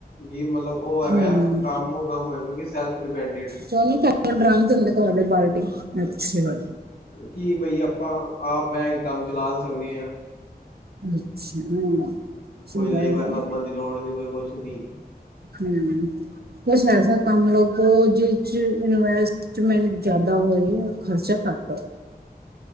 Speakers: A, on the left (about 65°); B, on the right (about 70°).
A: ਕਿ ਮਤਲਬ ਉਹ ਹੈਗਾ
B: ਹਮ
A: ਕੰਮ ਉਹ ਕੰਮ ਹੈਗਾ ਸੈਲਫ ਡਿਪੈਡਿਡ।
B: <inaudible> ਤੁਹਾਡੇ ਬਾਲਟੀ ਅੱਛਾ।
A: ਕੀ ਬਈ ਆਪਾਂ ਆਪ ਬਹਿ ਕੇ ਕੰਮ ਚਲਾ ਸਕਦੇ ਆ।
B: ਅੱਛਾ ਹਾਂ। ਸਮਝਾਇਆ
A: ਕੋਈ ਲੇਬਰ ਲੱਭਣ ਦੀ ਲੋੜ ਨੀ ਕੋਈ ਕੁਛ ਨੀ।
B: ਹੂੰ, ਕੁਛ ਐਸਾ ਕੰਮ ਲੱਭੋ ਜਿਸ ਚ ਇਨਵੈਸਟ ਮੈਂਟ ਜ਼ਿਆਦਾ ਹੋਏ ਔਰ ਖ਼ਰਚਾ ਘੱਟ ਆਏ।